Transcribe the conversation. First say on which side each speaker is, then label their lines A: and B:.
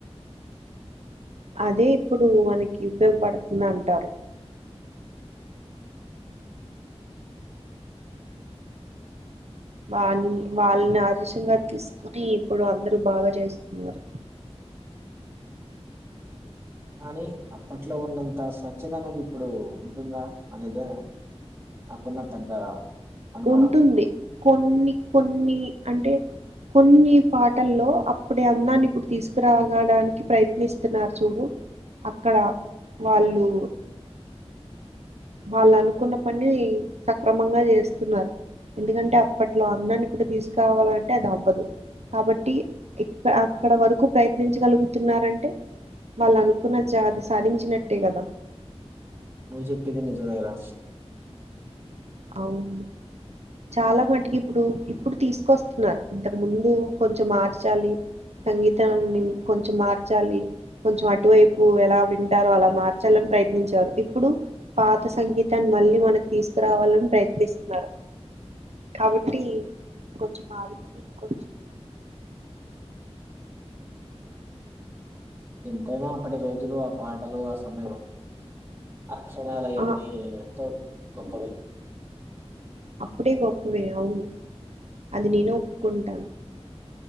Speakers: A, on the right; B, on the right.
A: అదే ఇప్పుడు మనకి ఉపయోగపడుతుంది అంటారు వాళ వాళ్ళని ఆదర్శంగా తీసుకుని ఇప్పుడు అందరు బాగా చేస్తున్నారు
B: కానీ అప్పట్లో ఉన్నంత స్వఛత అనేది ఇప్పుడు ఉంటుందా అనేదే నాకున్న పెద్ద అనుమానం
A: ఉంటుంది కొన్ని కొన్ని అంటే కొన్ని పాటల్లో అప్పుడే అందాన్ని ఇప్పుడు తీసుకురాగడానికి ప్రయత్నిస్తున్నారు చూడు అక్కడ వాళ్ళు వాళ్ళ అనుకున్న పని సక్రమంగా చేస్తున్నారు ఎందుకంటే అప్పట్లో అందాన్ని కూడా తీసుకురావాలంటే అంటే అది అవ్వదు కాబట్టి అక్కడ వరకు ప్రయత్నించగలుగుతున్నారంటే వాళ్ళు అనుకున్న జాతి సాధించినట్టే కదా
B: నువ్వు చెప్పింది నిజమేరా
A: అవును చాలా మటుకి ఇప్పుడు ఇప్పుడు తీసుకొస్తున్నారు అంతకు ముందు కొంచెం మార్చాలి సంగీతాన్ని కొంచెం మార్చాలి కొంచెం అటువైపు ఎలా వింటారో అలా మార్చాలని ప్రయత్నించేరు ఇప్పుడు పాత సంగీతాన్ని మళ్ళీ మనకి తీసుకురావాలని ప్రయత్నిస్తున్నారు కాబట్టి కొంచెం మాది కొంచెం
B: ఎంతైనా అప్పటి రోజులు ఆ పాటలు ఆ సమయం అక్షరాలు అయన్ని
A: ఆ
B: ఎంతో గొప్పవి
A: అప్పుడే గొప్పవే అవును అది నేను ఒప్పుకుంటాను